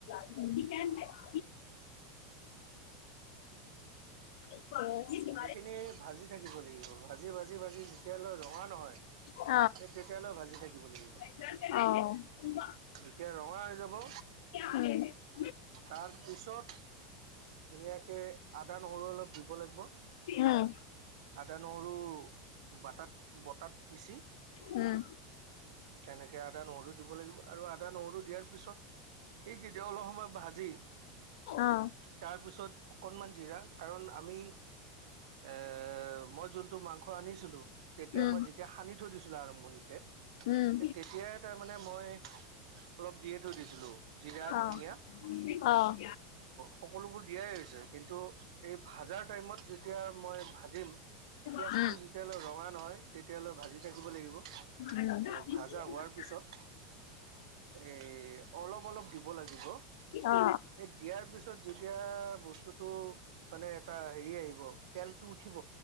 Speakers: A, on the left (about 65°); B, on the right (about 65°).
A: <unintelligible> <unintelligible>
B: এইখিনি ভাজি থাকিব লাগিব। ভাজি-ভাজি-ভাজি যেতিয়ালৈ ৰঙা নহয় ইয়াক
A: আছে
B: তেতিয়ালৈ ভাজি থাকিব লাগিব।
A: অ।
B: যেতিয়া ৰঙা হৈ যাব
A: উম।
B: তাৰ পিছত ধুনীয়াকে আদা-নহৰু অলপ দিব লাগিব।
A: উম।
B: আদা-নহৰু বাটাত, বটাত পিচি
A: উম।
B: তেনেকে আদা-নহৰু দিব লাগিব, আৰু আ আদা-নহৰু দিয়াৰ পিছত, সেইখিনি অলপ সময় ভাজি
A: অ
B: তাৰপিছত অকনমান জিৰা, কাৰণ আমি এ মই যোনটো মাংস আনিছিলো, তেতিয়া
A: উম
B: মই যেতিয়া সানি থৈ দিছিলো আৰম্ভণিতে এ,
A: উম
B: তেতিয়াই তাৰ মানে মই অলপ দিয়ে থৈ দিছিলো, জিৰা-ধনিয়া।
A: অ অ।
B: সকলোবোৰ দিয়াই হৈছে, কিন্তু এই ভাত ভজাৰ টাইমত যেতিয়া মই ভাজিম, পিঁয়াজটো
A: উম অ
B: যেতিয়ালৈ ৰঙা নহয় তেতিয়ালৈ ভাজি থাকিব লাগিব
A: অ
B: আৰু ভাজা হোৱাৰ পিছত এ অলপ অলপ দিব লাগিব।
A: অ
B: এই দিয়াৰ পিছত যেতিয়া বস্তুটো মানে এটা হেৰি আহিব। তেল উঠিব